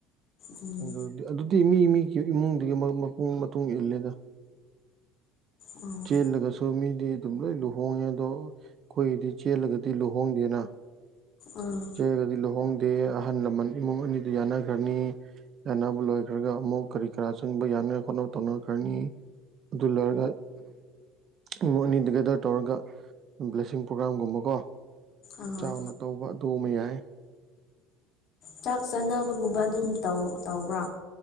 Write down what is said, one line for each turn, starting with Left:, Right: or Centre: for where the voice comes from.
Left: ꯎꯝ
Right: ꯑꯗꯨꯗꯤ ꯑꯗꯨꯗꯤ ꯃꯤ ꯃꯤꯒꯤ ꯏꯃꯨꯡꯗꯨꯒꯤ ꯃꯄꯨꯡ ꯃꯇꯨꯡ ꯏꯜꯂꯦꯗ
Left: ꯎꯝ
Right: ꯆꯦꯜꯂꯒꯁꯨ ꯃꯤꯗꯤ ꯑꯗꯨꯝ ꯂꯣꯏ ꯂꯨꯍꯣꯡꯉꯦ ꯑꯗꯣ ꯑꯩꯈꯣꯏꯒꯤꯗꯤ ꯆꯦꯜꯂꯒꯗꯤ ꯂꯨꯍꯣꯡꯗꯦꯅ
Left: ꯑꯥ
Right: ꯆꯦꯜꯂꯒꯗꯤ ꯂꯨꯍꯣꯡꯗꯦ ꯑꯍꯜ ꯂꯃꯟ ꯏꯃꯨꯡ ꯑꯅꯤꯗꯨ ꯌꯥꯅꯈ꯭ꯔꯅꯤ ꯌꯥꯅꯕ ꯂꯣꯏꯈ꯭ꯔꯒ ꯑꯃꯨꯛ ꯀꯔꯤ ꯀꯔꯥ ꯆꯪꯕ ꯌꯥꯅꯥꯏ ꯈꯣꯠꯅꯕ ꯇꯧꯅꯈ꯭ꯔꯅꯤ ꯑꯗꯨ ꯂꯣꯏꯔꯒ ꯏꯃꯨꯡ ꯑꯅꯤ ꯇꯨꯒꯦꯗꯔ ꯇꯧꯔꯒ ꯁꯤꯡ ꯄ꯭ꯔꯣꯒꯥꯥꯝꯒꯨꯝꯕꯀꯣ
Left: ꯑꯥ
Right: ꯆꯥꯎꯅ ꯇꯧꯕ ꯑꯗꯨ ꯑꯃ ꯌꯥꯏ
Left: ꯆꯥꯛ ꯆꯥꯅꯕꯒꯨꯝꯕ ꯑꯗꯨꯝ ꯇꯧꯕ꯭ꯔꯥ